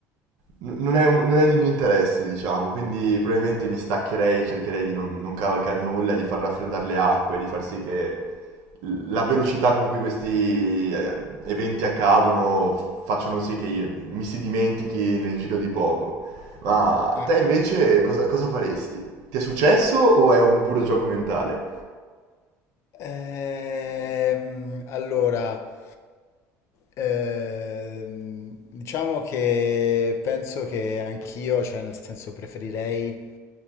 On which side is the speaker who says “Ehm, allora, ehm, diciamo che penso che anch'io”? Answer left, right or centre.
Left